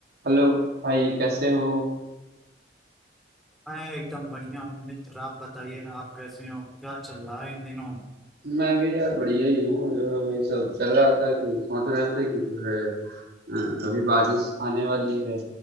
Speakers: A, on the right; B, in the centre.
A: Hello भाई कैसे हो
B: मैं एकदम बढ़िया हूँ मित्र आप बताइए आप कैसे हो क्या चल रहा है इन दिनों
A: मैं भी यार बढ़िया ही हूँ जो है वही सब चल रहा था कि सोच रहे थे कि जो है अ, अभी बारिश आने वाली है